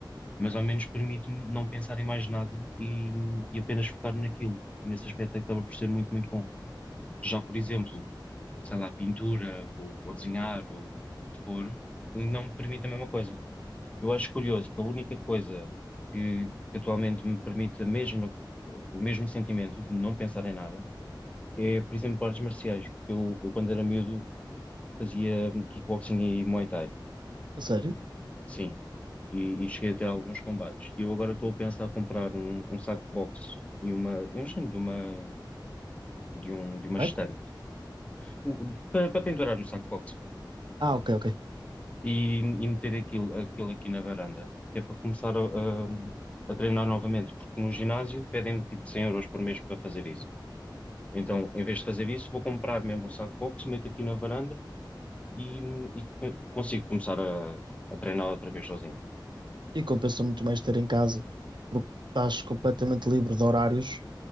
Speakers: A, on the left (about 15°); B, on the right (about 70°).
A: mas ao menos permite-me não pensar em mais nada e, e apenas focar naquilo. E nesse aspecto acaba por ser muito, muito bom. Já, por exemplo, sei lá, pintura ou, ou desenhar ou o que for, não me permite a mesma coisa. Eu acho curioso que a única coisa que, que atualmente me permite a mesma- o mesmo sentimento de não pensar em nada é, por exemplo, artes marciais, porque eu, eu quando era miúdo fazia kickboxing e Muay Thai,
B: A sério?
A: sim, e, e cheguei a ter alguns combates. E eu agora estou a pensar em comprar um, um saco de boxe e uma, e um género de uma, de um, de uma
B: Buraco?
A: estante, O- para, para pendurar o saco de boxe.
B: Ah, ok, ok.
A: e, e meter aquilo, aquilo aqui na varanda, que é para começar a, a- a treinar novamente, porque no ginásio pedem-me tipo 100 euros por mês para fazer isso. Então, em vez de fazer isso, vou comprar mesmo um saco de boxe, meto aqui na varanda e, e consigo começar a, a treinar outra vez sozinho.
B: E compensa muito mais ter em casa, porque estás completamente livre de horários